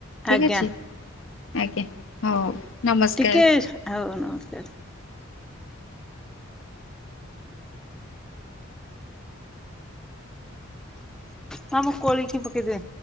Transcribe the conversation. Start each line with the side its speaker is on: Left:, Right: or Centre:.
Left: ଠିକ୍
Centre: ଆଜ୍ଞା
Left: ଅଛି ଆଜ୍ଞା ହଉ। ନମସ୍କାର।
Centre: ଟିକେ ଆଉ ନମସ୍କାର। ହଁ ମୋ କୋଳିକି ପକେଇଦିଏ।